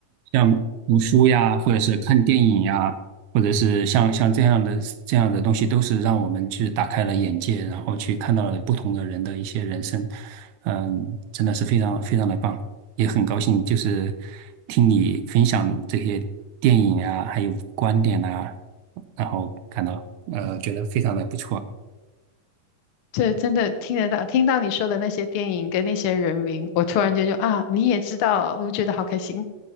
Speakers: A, on the right (about 75°); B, on the left (about 75°).
A: 像读书呀，或者是看电影呀，或者是像像这样的这样的东西，都是让我们去打开了眼界，然后去看到了不同的人的一些人生，嗯，真的是非常非常的棒，也很高兴就是听你分享这些电影啊，还有观点啊，然后感到呃觉得非常的不错，
B: 这真的听得到，听到你说的那些电影跟那些人名，我突然间就啊，你也知道，我觉得好开心。